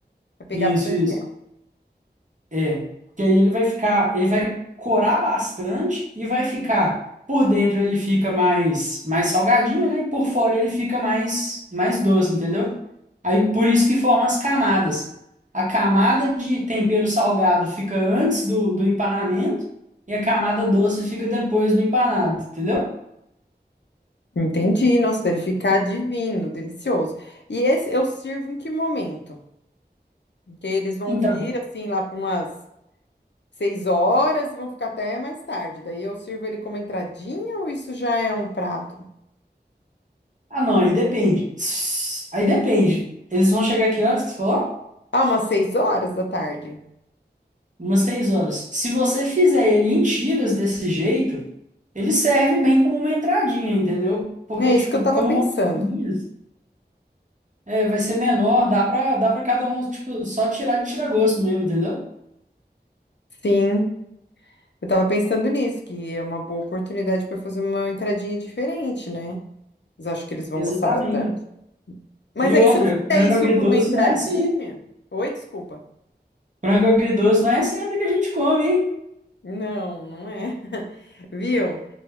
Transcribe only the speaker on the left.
Vai pegar
bastante
mel.
Entendi. Nossa, deve ficar divino, delicioso. E esse eu sirvo em que momento? Porque eles vão
vir assim lá para umas Seis horas e vão ficar até mais tarde. Daí eu sirvo ele como entradinha ou isso já é um prato?
Ah, umas seis horas da tarde.
É
isso que eu tava
pensando.
Sim, eu tava pensando nisso, que é uma boa oportunidade para fazer uma entradinha diferente, né? Mas acho que eles vão
gostar bastante. Mas
aí,
se eu fizer
isso
como entradinha.
Oi, desculpa.
Não, não é. <laughs> Viu?